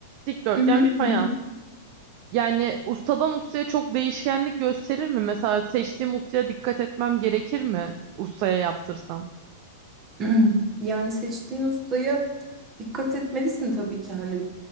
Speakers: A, on the right; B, on the right.
A: Dikdörtgen
B: Hı hı
A: bir fayans.
B: hı. hı.
A: Yani ustadan ustaya çok değişkenlik gösterir mi? Mesela seçtiğim ustaya dikkat etmem gerekir mi? Ustaya yaptırsam.
B: <clears throat> Yani seçtiğin ustaya dikkat etmelisin tabii ki hani